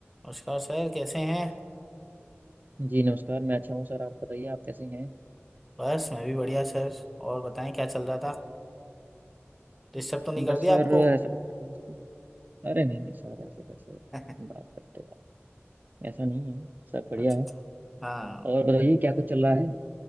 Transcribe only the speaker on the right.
जी नमस्कार मैं अच्छा हूँ सर आप बताइए आप कैसे हैं
बस
सर
ऐसा कुछ खास नहीं। अरे नहीं नहीं सर ऐसा कैसे
बात करते हो आप ऐसा नहीं है सब बढ़िया
है
और बताइए क्या कुछ चल रहा है